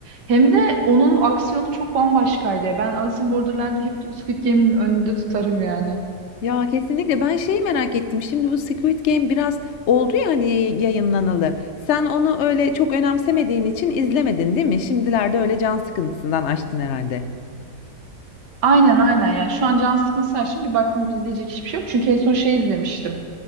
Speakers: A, on the right (about 80°); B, on the left (about 55°).
A: Hem de onun aksiyonu çok bambaşkaydı ya. Ben Alice in Borderland'i hep Squid Game'in önünde tutarım yani.
B: Ya kesinlikle ben şeyi merak ettim. Şimdi bu Squid Game biraz oldu ya hani yayınlanalı. Sen onu öyle çok önemsemediğin için izlemedin değil mi? Şimdilerde öyle can sıkıntısından açtın herhalde.
A: Aynen aynen ya. Şu an can sıkıntısı şimdi bir baktım izleyecek hiçbir şey yok. Çünkü en son şey izlemiştim.